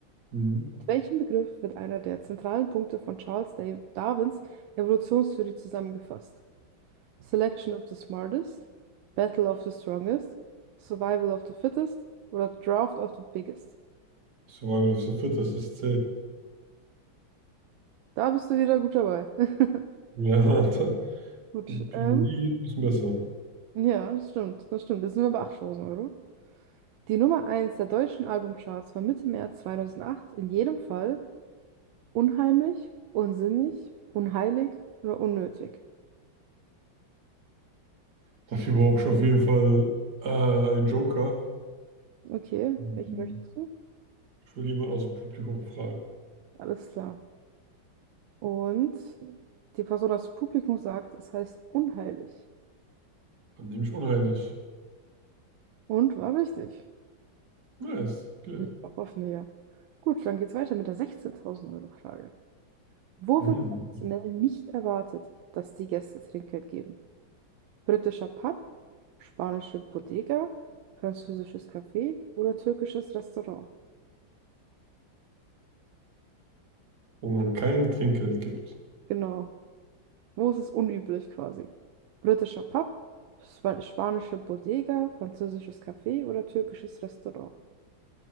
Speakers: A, on the right; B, on the right.
A: Mhm.
B: Mit welchem Begriff wird einer der zentralen Punkte von Charles Da- Darwins Evolutionstheorie zusammengefasst? Selection of the smartest, Battle of the strongest, Survival of the fittest oder Draft of the biggest?
A: Survival of the Fittest, das zählt.
B: Da bist du wieder gut dabei. <laughs>
A: Ja, <laughs> da,
B: Gut,
A: Biologie
B: ähm,
A: geht ein bisschen besser.
B: Ja, das stimmt, das stimmt. Jetzt sind wir bei 8000 Euro. Die Nummer eins der deutschen Albumcharts war Mitte März 2008 in jedem Fall unheimlich, unsinnig, unheilig oder unnötig.
A: Dafür brauche ich auf jeden Fall äh, einen Joker.
B: Okay,
A: Mhm.
B: welchen möchtest du?
A: Ich will jemanden aus dem Publikum fragen.
B: Alles klar. Und die Person aus dem Publikum sagt, es heißt unheilig.
A: Dann nehme ich unheilig.
B: Und war richtig.
A: Nice, okay.
B: Liegt auch auf näher. Gut, dann geht's weiter mit der 16.000 Euro Frage. Wo
A: Hm.
B: wird traditionell nicht erwartet, dass die Gäste Trinkgeld geben? Britischer Pub, spanische Bodega, französisches Café oder türkisches Restaurant.
A: Wo man kein Trinkgeld gibt.
B: Genau. Wo ist es unüblich quasi? Britischer Pub, spa spanische Bodega, französisches Café oder türkisches Restaurant.